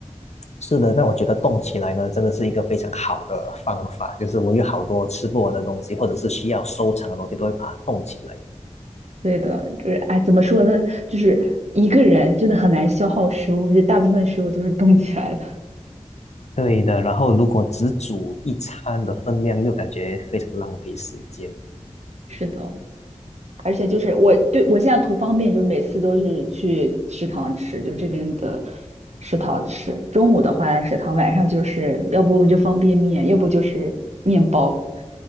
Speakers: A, on the left; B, on the right.
A: 是的，那我觉得动起来呢，真的是一个非常好的方法。就是我有好多吃不完的东西，或者是需要收藏的东西，都会把它冻起来。
B: 对的，就是哎，怎么说呢？就是一个人真的很难消耗食物，而且大部分食物都是冻起来的。
A: 对的，然后如果只煮一餐的分量，又感觉非常浪费时间。
B: 是的，而且就是我对我现在图方便，就是每次都是去食堂吃，就是这边的食堂吃。中午的话在食堂，晚上就是要不就方便面，要不就是面包，